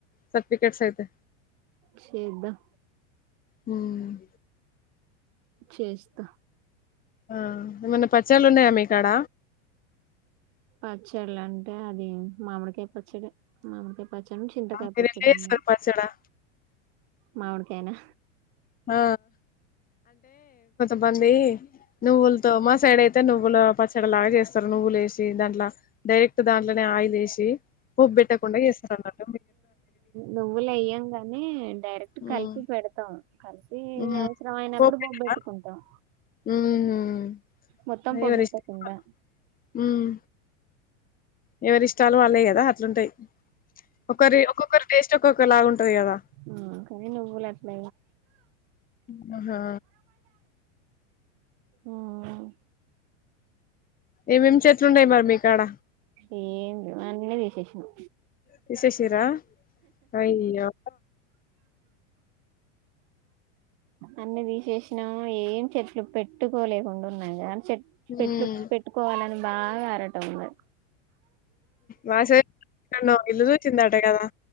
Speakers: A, on the left (about 25°); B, on the right (about 50°).
A: సర్టిఫికెట్స్ అయితే
B: చేద్దాం
A: హ్మ్
B: చేస్తా
A: ఆ ఏమన్నా పచ్చళ్ళు ఉన్నాయా మీకాడ
B: పచ్చడిల అంటే అది మామిడికాయ పచ్చడి మామిడికాయ పచ్చడం చింతకాయపచ్చడి
A: మీరెట్లా చేస్తారు
B: ఉన్నది
A: పచ్చడా
B: మామిడికాయనా
A: ఆ ఇబ్బంది నువ్వులతో మా సైడ్ అయితే నువ్వుల పచ్చడి లాగా చేస్తారు నువ్వులు ఏసి దాంట్లో డైరెక్ట్ దాంట్లోనే ఆయిల్ ఏసి పోప్ బేట్టకుండా ఏస్తారన్నట్టు
B: నువ్వులు ఏయ్యాం గాని డైరెక్ట్
A: ఉమ్
B: కలిపి పెడతాం. కలిపి
A: ఉమ్.
B: అవసరం అయినప్పుడు
A: పోపు పెట్టరా
B: పోప్ బేట్టుకుంటాం.
A: ఉమ్
B: మొత్తం పోప్
A: ఎవరి
B: బేట్టకుండా
A: ఇష్టం వాళ్ళు. ఉమ్ ఎవరి ఇష్టాలు వాళ్ళేయి కదా అట్లుంటాయి ఒకరి ఒక్కొక్కరు టేస్ట్ ఒక్కొక్క లాగా ఉంటది కదా
B: ఆ కానీ నువ్వులాట్ల
A: మ్ హా
B: ఉమ్
A: ఏమేమి చెట్లున్నాయి మరి మీకాడ
B: ఏమీలేవ్ అన్ని తీశేషినం.
A: తీశేషిర అయ్యో!
B: అన్ని తీశేషినాం ఏం చెట్లు పెట్టుకోలేకుండా ఉన్నాయి గాని పే
A: ఉమ్
B: పెట్టు పెట్టుకోవాలని బాగా ఆరటం ఉన్నారు
A: మా సైడ్ ఏడనో ఇల్లు చూచిండట కదా